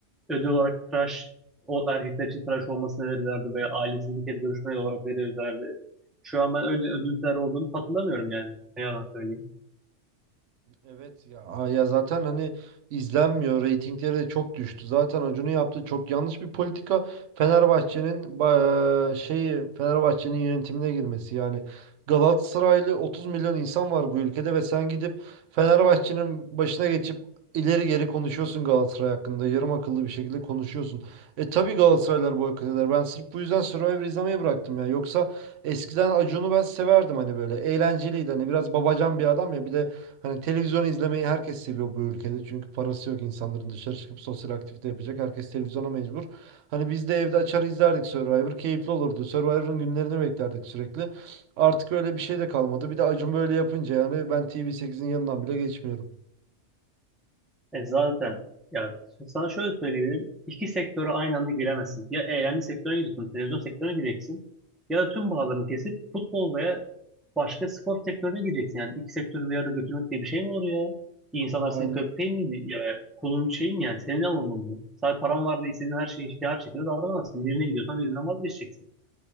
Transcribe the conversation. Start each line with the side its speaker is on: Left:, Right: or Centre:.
Centre: ödül olarak tıraş, o erkekler için tıraş olmasını verirlerdi veya ailesi bir kez olarak verirlerdi. Şu an ben öyle ödüller olduğunu hatırlamıyorum yani. Ne yalan söyleyeyim.
Right: Evet ya. Aa, ya zaten hani izlenmiyor. Reytingleri de çok düştü. Zaten Acun'un yaptığı çok yanlış bir politika. Fenerbahçe'nin ba- şeyi Fenerbahçe'nin yönetimine girmesi yani. Galatasaraylı 30 milyon insan var bu ülkede ve sen gidip Fenerbahçe'nin başına geçip ileri geri konuşuyorsun Galatasaray hakkında. Yarım akıllı bir şekilde konuşuyorsun. E tabii Galatasaraylar boykot eder. Ben sırf bu yüzden Survivor izlemeyi bıraktım ya. Yoksa eskiden Acun'u ben severdim hani böyle. Eğlenceliydi. Hani biraz babacan bir adam ya. Bir de Hani televizyon izlemeyi herkes seviyor bu ülkede. Çünkü parası yok insanların dışarı çıkıp sosyal aktivite yapacak. Herkes televizyona mecbur. Hani biz de evde açar izlerdik Survivor. Keyifli olurdu. Survivor'ın günlerini beklerdik sürekli. Artık öyle bir şey de kalmadı. Bir de Acun böyle yapınca yani ben TV8'in yanından bile geçmiyorum.
Centre: E zaten ya sana şöyle söyleyebilirim. İki sektöre aynı anda giremezsin. Ya eğlence sektörüne gireceksin, televizyon sektörüne gireceksin. Ya da tüm bağlarını kesip futbol veya başka spor sektörüne gireceksin. Yani iki sektörü bir arada götürmek diye bir şey mi olur ya? İnsanlar
Right: Aynen,
Centre: senin köpeğin mi? Ya, kulun şey mi yani? Senin alımın mı? Sadece paran var diye istediğin her şeyi her şekilde davranamazsın. Birine gidiyorsan birinden vazgeçeceksin.